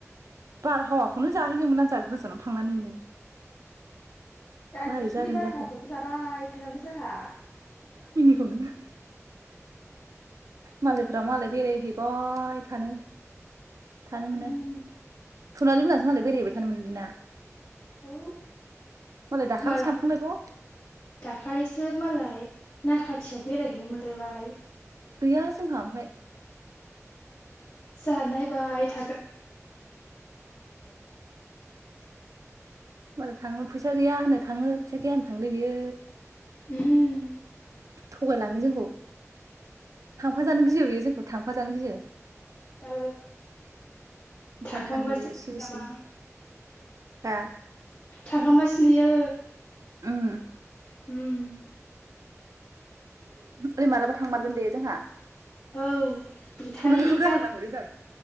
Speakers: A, on the right; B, on the left.
A: बारहावाखौनो जाहैनोमोना जाह गोजानाव थांनानैनो
B: गारि
A: मारै
B: खिफिनि
A: जागोन
B: बारहावाखौसो
A: जाखो
B: जाबाय थानांगौ जोंहा
A: <unintelligible> मालायफोरा मालाय बेरायहैबाय थानो थानो मोनो।
B: उम
A: सनालि मोनासो मालाय बेरायहैबाय थानो मोनोलै ना?
B: औ
A: मालाय दाखालिसो
B: माला
A: थांखांलायबाय
B: दाखालिसो मालाय ना खाथियाव बेरायहैनो मोनलायबाय
A: गैया जोंहा ओमफाय
B: जा नायबाय थागोन <unintelligible>
A: होमबालाय थाङो फैसा गैया होनो थाङो फैसा गैया होनो थांलै बियो
B: उम
A: थगायलाङो जोंखौ थांफाजानो गियो बेयो जोंखौ थांफा जानो गियो
B: औ
A: ओंखायनो
B: थांखांबासो
A: थाङो बियो
B: नामा
A: सिरि सिरि हा
B: थांखांबासो नुयो
A: उम
B: हम
A: ओइ मालाबा थांमारगोन दे जोंहा।
B: औ बेटारि
A: सनालिखौ
B: गारि
A: गालांनांगौलै जों